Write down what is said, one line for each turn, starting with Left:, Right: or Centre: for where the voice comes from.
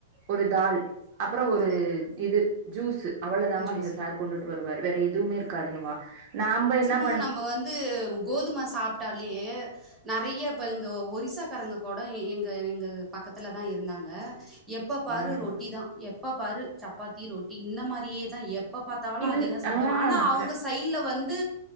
Right: ஒரு தால் அப்புறோ ஒரு
Centre: ஆ
Right: இது ஜூஸ் அவ்வுளோதாம
Centre: ஜூஸ்
Right: எங்க சார் கொண்டுட்டு வருவாரு வேற எதுவுமே இருக்காதுன்னுவா நாம்ப என்னப்
Centre: னு நம்ம வந்து கோதும சாப்புட்டாலியே நெறைய இப்ப இங்க ஒரிசாக் கரங்கக்கடம் எங்க எங்க பக்கத்துல தான் இருந்தாங்க எப்போ பாரு
Right: ம்
Centre: ரொட்டி தான் எப்ப பாரு சப்பாத்தி ரொட்டி இந்த மாதிரியேதான் எ எப்ப பார்த்தாலும்
Right: இல்
Centre: அதுதான் சாப்பிடுவாங்க
Right: ஆ
Centre: ஆனா அவங்க
Right: க
Centre: சைடுல வந்து